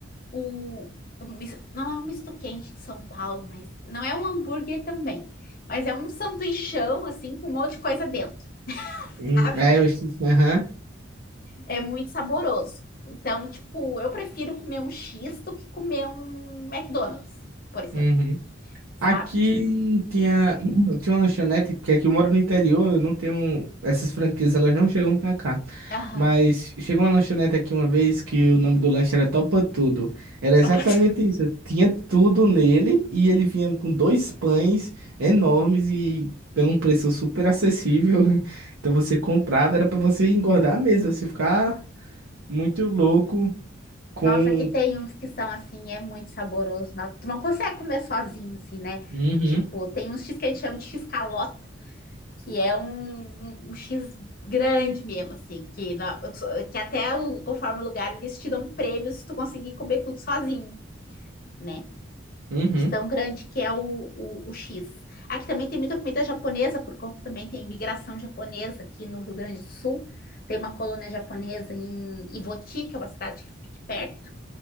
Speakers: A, on the left; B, on the right.
A: o, o mis- não é um misto quente de São Paulo, mas não é um hambúrguer também. Mas é um sanduichão, assim, com um monte de coisa dentro, <laughs>
B: Hum,
A: sabe?
B: É, eu esqueci. Aham.
A: É muito saboroso. Então, tipo, eu prefiro comer um X do que comer um McDonald's, por exemplo,
B: Uhum.
A: sabe?
B: Aqui
A: Tipo,
B: tinha, <clears throat> tinha uma lanchonete, porque aqui eu moro no interior, eu não tenho. Essas franquias, elas não chegam pra cá.
A: aham.
B: Mas chegou uma lanchonete aqui uma vez que o nome do lanche era Topa Tudo. Era exatamente
A: <laughs>
B: isso. Tinha tudo nele e ele vinha com dois pães enormes e pelo um preço super acessível. <laughs> Então você comprava, era pra você engordar mesmo, você ficar muito louco com.
A: Nossa, aqui tem uns que são assim, é muito saboroso. Nossa, tu não consegue comer sozinho, assim, né?
B: Uhum,
A: Tipo, tem uns X que a gente chama de X calota, que é um, um, um X grande mesmo, assim, que, na- que até o- conforme o lugar eles te dão um prêmio se tu conseguir comer tudo sozinho, né?
B: uhum.
A: De tão grande que é o, o, o X. Aqui também tem muita comida japonesa, por conta também tem imigração japonesa aqui no Rio Grande do Sul. Tem uma colônia japonesa em Ivoti, que é uma cidade que fica aqui perto.